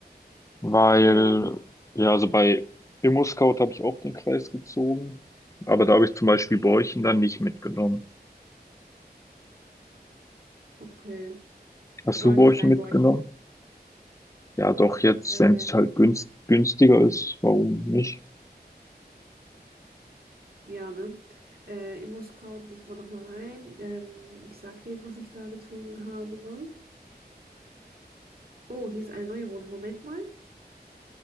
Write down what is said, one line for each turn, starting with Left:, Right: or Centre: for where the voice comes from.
Left: Weil,
Right: Ja,
Left: ja, also bei ImmoScout habe ich auch den Kreis gezogen, aber da habe ich zum Beispiel Borchen dann nicht mitgenommen.
Right: okay.
Left: Hast
Right: Soll
Left: du Borchen
Right: nicht sein,
Left: mitgenommen?
Right: Bäuerchen.
Left: Ja, doch, jetzt,
Right: Äh,
Left: wenn es halt günst, günstiger ist, warum nicht?
Right: ja, ne? Äh, ImmoScout gehe ich mal nochmal rein. Ähm, ich sag dir, was ich da gezogen habe. Oh, hier ist eine neue Wohnung. Moment mal,